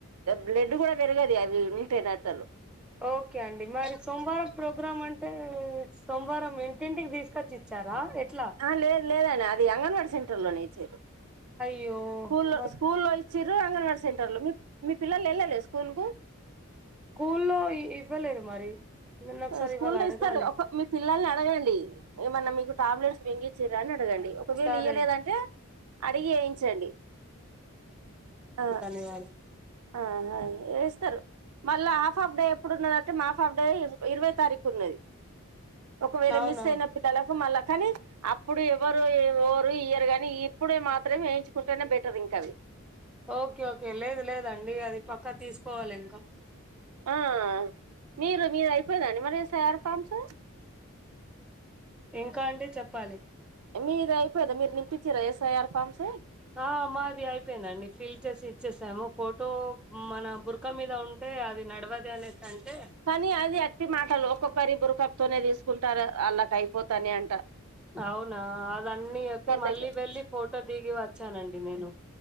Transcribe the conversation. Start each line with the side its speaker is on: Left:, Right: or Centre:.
Right: బ్లడ్ గూడా పెరగది అవి ఉంటే నాటలు
Centre: ఓకే అండి మరి సోమవారం ప్రోగ్రాం అంటే సోమవారం ఇంటింటికి తీసకచ్చి చ్చారా ఎట్లా
Right: ఆ లేదు లేదన్న అది అంగన్వాడీ సెంటర్ లోనే ఇచ్చారు
Centre: అయ్యో
Right: స్కూల్లో
Centre: మాకు
Right: స్కూల్లో ఇచ్చిరు అంగన్వాడీ సెంటర్ లో మీ మీ పిల్లలు ఏళ్ళలేి స్కూల్ కు
Centre: కుల్లో ఇఇ ఇవ్వలేదు మరి నిన్న ఒకసారి
Right: హా స్కూల్
Centre: ఇవాళ
Right: లో
Centre: అడగాలి
Right: ఇస్తారు ఒక మి పిల్లల్ని అడగండి ఏమన్నా మీకు టాబ్లెట్స్ మింగిచిరా అని అడగండి ఒకవేళ
Centre: సరే
Right: ఇయ్వలేదంటే అడిగి వేయించండి ఆ
Centre: ధన్యలు
Right: ఆ హ ఏస్తారు మళ్ళ హాఫ్ ఆఫ్ డే ఎప్పుడు ఉన్న అంటే మాఫ్ ఆఫ్ డే ఇవై తారీకు ఉన్నది ఒకవేళ
Centre: అవునా
Right: మిస్ అయిన పిల్లలకు మళ్ళా కాని అప్పుడు ఎవ్వరు ఎ వోరు ఇయ్యరు గాని ఇప్పుడే మాత్రమే వేయించుకుంటేనే బెటర్ ఇంకా అవి
Centre: ఓకే ఓకే లేదు లేదండి అది పక్కా తీసుకోవాలి ఇంకా
Right: ఆ మీరు మీది అయిపోయిదండి మరి ఎస్ ఐ ఆర్ ఫామ్స్
Centre: ఇంకా అండి చెప్పాలి
Right: మీది అయిపోయిందా మీరు నింపించిరా ఎస్ఐఆర్ ఫామ్స్
Centre: ఆ మాది అయిపోయిందండి ఫిల్ చేసి ఇచ్చేసాము ఫోటో మన బుర్ రక్క మీద ఉంటే అది నడ్వది అనేసి అంటే
Right: కానీ అది అట్టి మాటలు ఒక్కొక్కరి బురకప్తోనే తీసుకుంటారు అళ్లాకి అయిపోతానయంట
Centre: అవునా అదన్ని అతే మళ్ళీ
Right: దగ్గర
Centre: వెళ్ళి ఫోటో దిగి వచ్చానండి నేను